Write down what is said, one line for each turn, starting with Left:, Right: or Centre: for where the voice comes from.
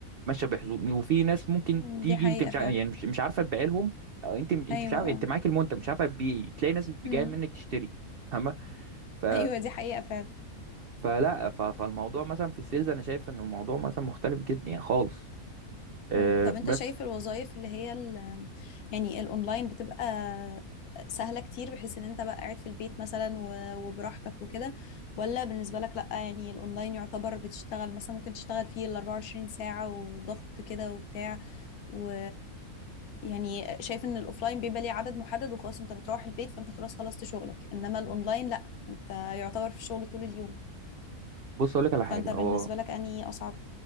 Right: ماشيه بحظوظ وفي ناس ممكن
Left: امم
Right: تيجي
Left: دي حقيقة
Right: انت مش
Left: فعلا
Right: عارف يعني مش مش عارفه تبيع لهم أو انت انت
Left: ايوه
Right: مش عارف انت معاك المنتج مش عارفه تبيعي تلاقي ناس جايه
Left: امم
Right: منك تشتري فاهمه ف
Left: ايوه دي حقيقة فعلا
Right: فلا ف... فالموضوع مثلا في السيلز انا شايف ان الموضوع مثلا مختلف جدا يعني خالص أه
Left: مم. طب انت
Right: بس
Left: شايف الوظائف اللي هي ال يعني الاونلاين بتبقى سهلة كتير بحيث ان انت بقى قاعد في البيت مثلا و- وبراحتك وكده ولا بالنسبة لك لا يعني الاونلاين يعتبر بتشتغل مثلا ممكن تشتغل فيه ال 24 ساعة وضغط كده وبتاع و يعني شايف ان الاوفلاين بيبقى ليه عدد محدد وخلاص انت بتروح البيت فانت خلاص خلصت شغلك انما الاونلاين لا انت يعتبر في الشغل طول اليوم
Right: بص اقول لك على حاجه
Left: فانت بالنسبة
Right: هو
Left: لك انهي اصعب